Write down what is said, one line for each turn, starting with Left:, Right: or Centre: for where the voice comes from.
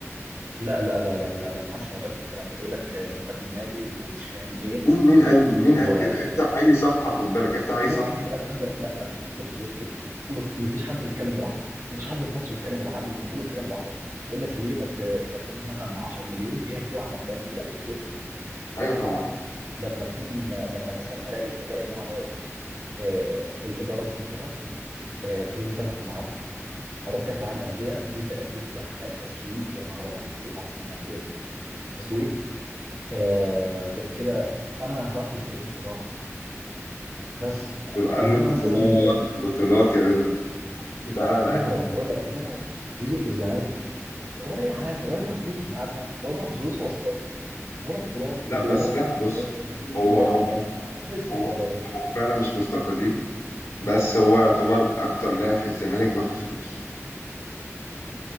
Right: لا لا لا لا لا لا محدش معترف بالكلام ده يقول لك آه، ده انت ابن النادي ومش فاهم ايه
Left: مين مين قال مين
Right: و
Left: قال كده افتح اي صفحه خد بالك افتح اي
Right: في
Left: صفحه
Right: ناس كتير قالوا كده لا بص بص بص بص، مفيش حد بيتكلم بالعقل مفيش حد في مصر بيتكلم بالعقل كله بيتكلم بالعاطفه يقول لك ليه ما ت... انت بتاخد مثلا 10 مليون ايه هيفرقوا عن 40 مليون لا هيفرقوا كتير
Left: ايوه طبعا
Right: لما اكون لما مثلا الاقي الاقي ان انا رايح آه... الاداره مستقره آه... فلوس بتدفع في ميعادها هروح كاس العالم للانديه دي تأديت لوحدها تسويق يا نهار ابيض على التسويق بتاع كاس العالم للانديه تسويق آه... غير كده انا رايح لفريق بطولات بس
Left: دول
Right: آه،
Left: قال
Right: انما
Left: له بطولات
Right: مثلا زيزو
Left: بطولات يا رضا <laughs> تعالى الاهلي
Right: ايوه انا بقول لك انما زيزو في الزمالك ولا اي حاجه ولا بياخد فلوسه في ميعادها ولا بياخد فلوسه اصلا ولا بطولات
Left: لا
Right: والاداره
Left: بس
Right: كل
Left: لا
Right: يوم
Left: بص
Right: تتغير وكل يوم
Left: هو
Right: مدرب
Left: هو
Right: جديد فحاجه زي الزفت
Left: هو
Right: برضه
Left: هو فعلا مش مستقلين بس هو يعتبر اكتر لاعب في الزمالك بياخد فلوس